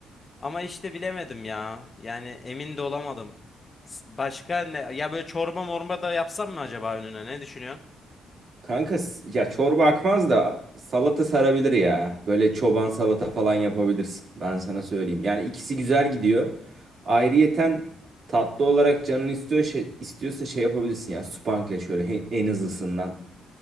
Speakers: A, on the left; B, on the right.
A: Ama işte bilemedim ya. Yani emin de olamadım. S- Başka ne? Ya böyle çorba morba da yapsam mı acaba önüne? Ne düşünüyorsun?
B: Kanka s- ya çorba akmaz da salata sarabilir ya. Böyle çoban salata falan yapabilirsin. Ben sana söyleyeyim. Yani ikisi güzel gidiyor. Ayrıyeten tatlı olarak canın istiyor, şey- istiyorsa şey yapabilirsin ya. Supangle şöyle he- en hızlısından.